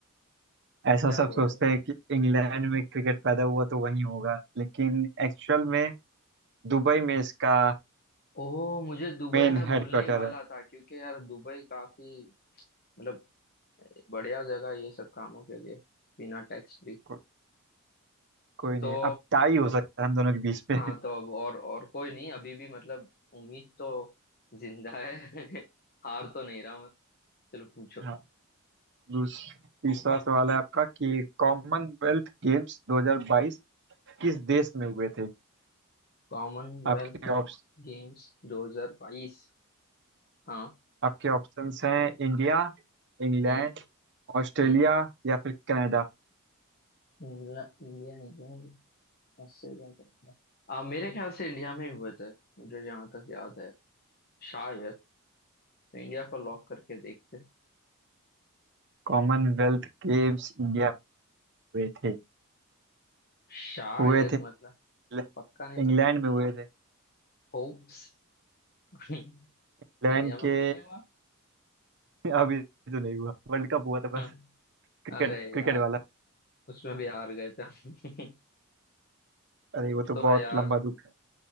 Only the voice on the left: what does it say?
क्या
बोल
रहे हो
ओह मुझे दुबई
में बोलने
ही वाला
था क्योंकि यार दुबई काफी मतलब बढ़िया जगह है ये सब कामों के लिए बिना टैक्स फ्री
तो
हाँ तो अब और और कोई नहीं अभी भी मतलब उम्मीद तो जिंदा है <laughs> हार तो नहीं रहा मैं चलो पूछो
Commonwealth
Games 2022 हाँ
हम्म
हम्म
England India England Australia Canada आ, मेरे ख्याल से इंडिया में ही हुए थे मुझे जहां तक याद है शायद तो इंडिया को लॉक करके देखते हैं।
शायद
मतलब
पक्का नहीं
पता
होप्स <laughs> इंडिया
में
कुछ नहीं हुआ
हम्म,
अरे
यार
उसमें भी हार गए थे हम।
<laughs> तो
यार